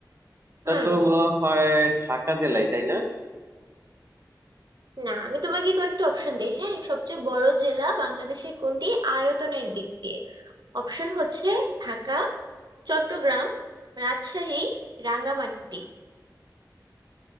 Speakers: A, on the right (about 35°); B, on the right (about 75°).
A: এটা
B: হুম
A: তো মনে হয় ঢাকা জেলাই তাই না
B: না আমি তোমাকে কয়েকটা অপশন দেই হ্যাঁ সবচেয়ে বড় জেলা বাংলাদেশে কোনটি আয়তনের দিক দিয়ে অপশন হচ্ছে ঢাকা চট্টগ্রাম রাজশাহী রাঙ্গামাটি